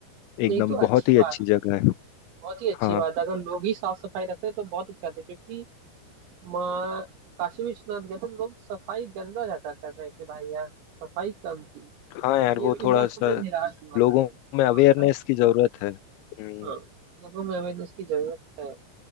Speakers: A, on the left; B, on the right.
A: एकदम
B: नहीं तो अच्छी
A: बहुत ही
B: बात
A: अच्छी जगह है
B: बहुत ही अच्छी
A: हाँ
B: बात है अगर लोग ही साफ सफाई रख रहे हैं तो बहुत अच्छी बात है क्योंकि माँ काशी विश्वनाथ गए थे तो लोग सफाई गंदा ज्यादा कर रहे थे भाई यार सफाई कम थी
A: हाँ यार वो
B: ये इस
A: थोड़ा
B: बात
A: सा
B: से मैं निराश हुआ
A: लोगों
B: था थोड़ा
A: में अवेयरनेस
B: सा
A: की जरूरत है हम्म,
B: हाँ लोगों में अवेयरनेस की जरूरत है